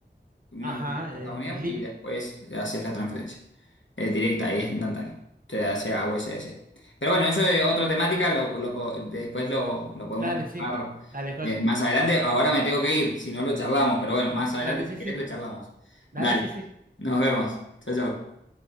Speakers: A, on the left; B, on the right.
A: una
B: Ajá,
A: cuenta en
B: el-
A: Estados Unidos
B: en lit.
A: y después te haces la transferencia. Es directa y es instantánea. Te hace a USDC. Pero bueno, eso es otra temática, lo, lo co- después lo, lo podemos
B: Dale, sí.
A: tratar
B: Dale, joya.
A: eh, más adelante. Ahora me tengo que ir, si no lo charlamos, pero bueno, más adelante
B: Dale,
A: si
B: sí,
A: querés
B: sí.
A: lo charlamos.
B: Dale,
A: Dale,
B: sí, sí.
A: nos
B: Interesante.
A: vemos. Chao, chao.